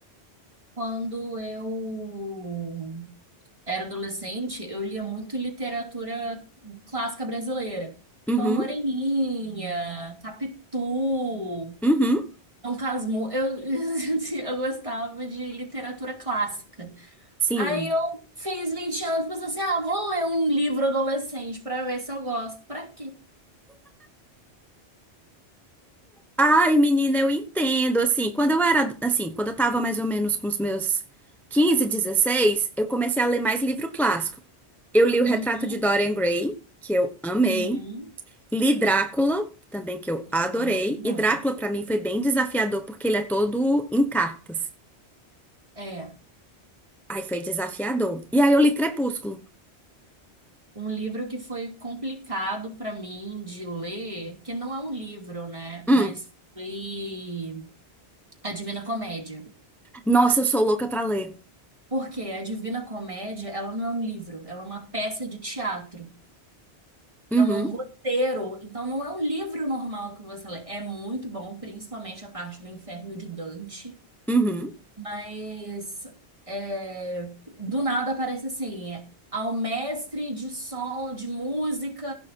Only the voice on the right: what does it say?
quando eu era adolescente, eu lia muito literatura clássica brasileira.
Então, a Moreninha, Capitu,
Dom Casmurro. Eu, <laughs> eu gostava de literatura clássica.
Aí eu fiz 20 anos, pensei assim, ah, vou ler um livro adolescente para ver se eu gosto. Pra quê?
Uhum.
Uhum.
Drácula
é bom demais.
É,
um livro que foi complicado para mim de ler, que não é um livro, né?
Mas foi A Divina Comédia.
Porque a Divina Comédia, ela não é um livro, ela é uma peça de teatro. Então
é um roteiro, então não é um livro normal que você lê. É muito bom, principalmente a parte do Inferno de Dante.
Mas é, do nada aparece assim, ao mestre de som, de música,